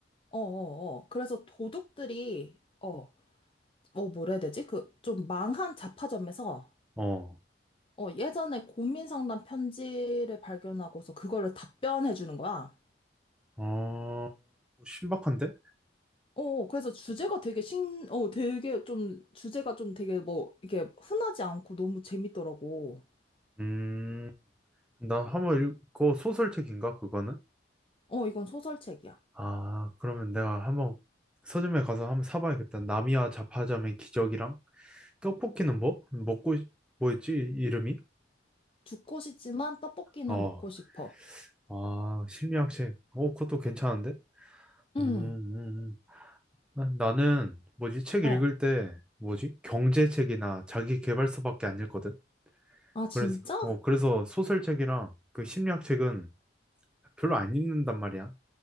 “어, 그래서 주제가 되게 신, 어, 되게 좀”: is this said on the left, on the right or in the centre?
Left